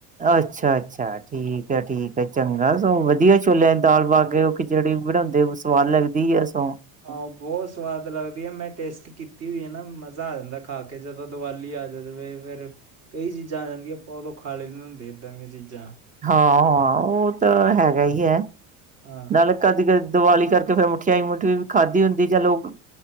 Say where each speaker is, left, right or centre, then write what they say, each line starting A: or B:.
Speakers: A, on the right (about 20°); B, on the right (about 35°).
A: ਅਛਾ- ਅਛਾ ਠੀਕ ਹੈ, ਠੀਕ ਚੰਗਾ ਸਗੋ ਵਧੀਆ ਛੋਲਿਆਂ ਦੀ ਦਾਲ ਪਾ ਕੇ, ਉਹ ਖਿਚੜੀ ਬਣਾਉਦੇ, ਸਵਾਦ ਲਗਦੀ ਆ ਸੋ
B: ਆਹੋ ਬਹੁਤ ਸਵਾਦ ਲਗਦੀ ਆ, ਮੈਂ ਟੇਸਟ ਕੀਤੀ ਹੋਈ ਆ ਨਾ ਮਜ਼ਾ ਆ ਜਾਂਦਾ ਖਾ ਕੇ, ਜਦੋ ਦੀਵਾਲੀ ਆ ਜਦੋ ਫੇਰ ਕਈ ਚੀਜ਼ਾਂ ਆ ਜਾਂਦੀਆਂ, ਆਪਾ ਉਦੋ ਖਾਲੇ ਨ ਹੁੰਦੇ ਏਦਾਂ ਦੀ ਚੀਜਾ
A: ਹਾਂ- ਹਾਂ ਉਹ ਤਾਂ ਹੈਗਾ ਹੀ ਹੈ,
B: ਹਾਂ
A: ਨਾਲੇ ਕਦੀ ਕਦੇ ਦੀਵਾਲੀ ਕਰ ਕਿ ਫੇਰ ਮਠਿਆਈ ਮੁਠੀਈ ਵੀ ਖਾਧਦੀ ਹੁਦੀ, ਜਾਂ ਲੋਕ